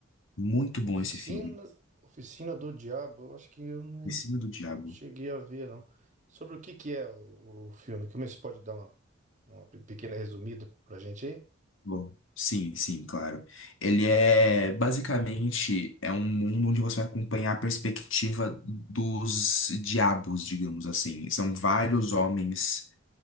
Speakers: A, on the left; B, on the right.
A: Muito bom
B: Oficina,
A: esse filme.
B: Oficina do Diabo. Eu acho que eu não
A: Oficina do Diabo.
B: cheguei a ver, não. Sobre o que que é o, o filme? Como é que você pode dar uma, uma pe- pequena resumida pra gente aí?
A: Bom, sim, sim, claro. Ele é basicamente é um mundo onde você vai acompanhar a perspectiva dos diabos, digamos assim. São vários homens